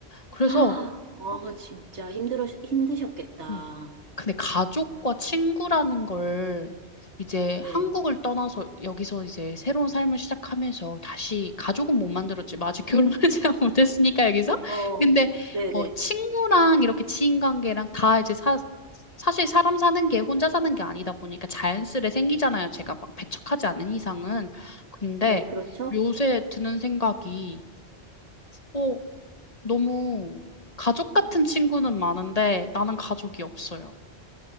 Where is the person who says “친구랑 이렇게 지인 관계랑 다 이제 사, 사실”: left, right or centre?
Left